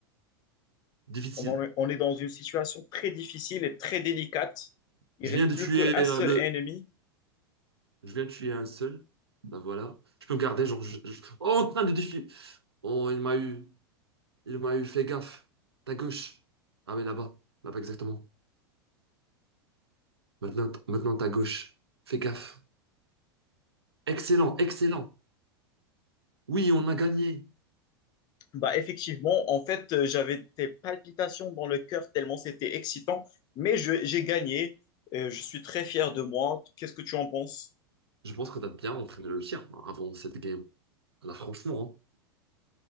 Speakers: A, on the right; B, on the left.
A: Difficile.
B: on en est on est dans une situation très difficile et très délicate. Il
A: Je
B: reste
A: viens de
B: plus
A: tuer
B: qu'un
A: euh,
B: seul
A: le.
B: ennemi.
A: Je viens de tuer un seul. Là, voilà. Tu peux me garder, genre. je- je- Oh, en train de défier. Oh, il m'a eu. Il m'a eu. Fais gaffe. Ta gauche. Ah oui, là-bas. Là-bas, exactement. Maintenant, t- maintenant, ta gauche. Fais gaffe. Excellent, excellent. Oui, on a gagné.
B: Bah effectivement, en fait, euh, j'avais des palpitations dans le cœur tellement c'était excitant, mais je- j'ai gagné. Euh, je suis très fier de moi. Qu'est-ce que tu en penses?
A: Je pense que tu as bien entraîné le tir hein, avant cette game. Là, franchement, hein,